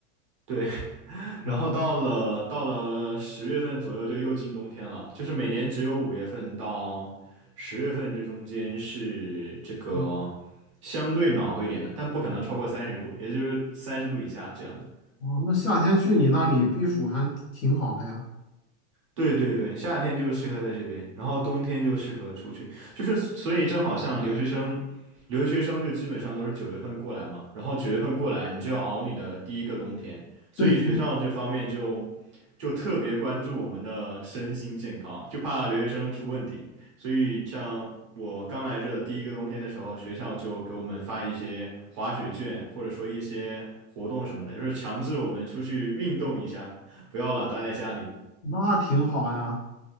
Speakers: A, on the right (about 25°); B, on the left (about 80°).
A: 对，<laughs>
B: 哦，
A: 然后到了到了十月份左右就又进冬天了，就是每年只有五月份到十月份这中间是这个相对暖和一点的，
B: 嗯，
A: 但不可能超过三十度，也就是三十度以下这样子。
B: 哦，那夏天去你那里避暑还挺好的呀。
A: 对对对，夏天就适合在这边，然后冬天就适合出去，就是所以正好像留学生，留学生就基本上都是九月份过来嘛，然后九月份过来你就要熬你的第一个冬天，所以学校这方面就就特别关注我们的身心健康，
B: 对，
A: 就怕留学生出问题，所以像我刚来这的第一个冬天的时候，学校就给我们发一些滑雪券，或者说一些活动什么的，就是强制我们出去运动一下，不要老待在家里，
B: <laughs> 那挺好呀，